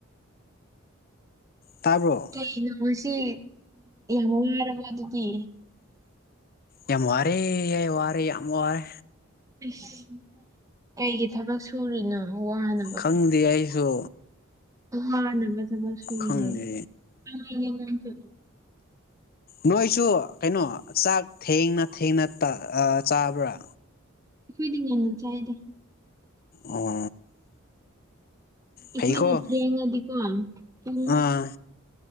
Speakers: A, on the left; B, on the right.
A: ꯇꯥꯕ꯭ꯔꯣ
B: ꯀꯩꯅꯣ ꯉꯁꯤ ꯌꯥꯝ ꯋꯥꯔꯕ ꯑꯗꯨꯗꯤ
A: ꯌꯥꯝ ꯋꯥꯔꯦ ꯌꯥꯏ ꯋꯥꯔꯦ ꯌꯥꯝ ꯋꯥꯔꯦ
B: ꯑꯁ ꯀꯩꯒꯤ ꯊꯕꯛ ꯁꯨꯔꯤꯅꯣ ꯋꯥꯅꯣ ꯕ
A: ꯈꯪꯗꯦ ꯑꯩꯁꯨ
B: ꯋꯥꯅꯕ ꯊꯕꯛ ꯁꯨꯋꯤꯅꯦ
A: ꯈꯪꯗꯦ
B: <inaudible>
A: ꯅꯣꯏꯁꯨ ꯀꯩꯅꯣ ꯆꯥꯛ ꯊꯦꯡꯅ ꯊꯦꯡꯅ ꯇꯥ ꯑ ꯆꯥꯕ꯭ꯔꯥ
B: ꯑꯈꯣꯏꯗꯤ ꯉꯟꯅ ꯆꯥꯏꯗ
A: ꯑꯣ
B: ꯑꯩꯈꯣꯏꯅ
A: ꯐꯩꯀꯣ
B: ꯊꯦꯡꯉꯗꯤꯀꯣ ꯄꯨꯡ
A: ꯑꯥ